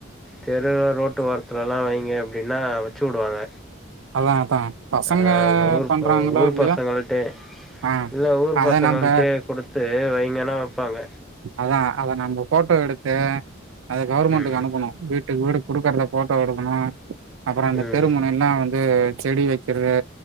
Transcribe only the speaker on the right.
அதா அதா பசங்க
பண்றாங்களோ
இல்லையோ
ஆ
அத
நம்ப
அதா அத நம்ம ஃபோட்டோ எடுத்து அத கவர்மெண்ட்டுக்கு
அனுப்பணு வீட்டுக்கு வீடு குடுக்கறத ஃபோட்டோ எடுக்கணு அப்பற அந்த
தெருமுணைல்லா வந்த் து செடி வக்கிறது